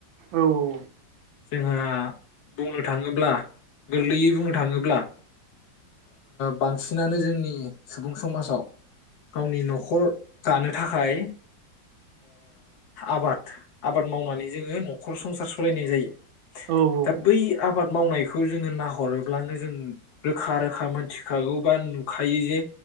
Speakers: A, on the right; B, on the left.
A: औ औ
B: जोंहा बुंनो थाङोब्ला गोरलैयै बुंनो थाङोब्ला बांसिनानो जोंनि सुबुं समाजाव गावनि न'खर जानो थाखाय आबाद आबाद मावनानै जोङो न'खर खर संसार सलायनाय जायो
A: औ औ
B: दा बै आबाद मावनायखौ जोङो नाहरोब्लानो जों रोखा रोखा मोनथिखागौ बा नुखायो जे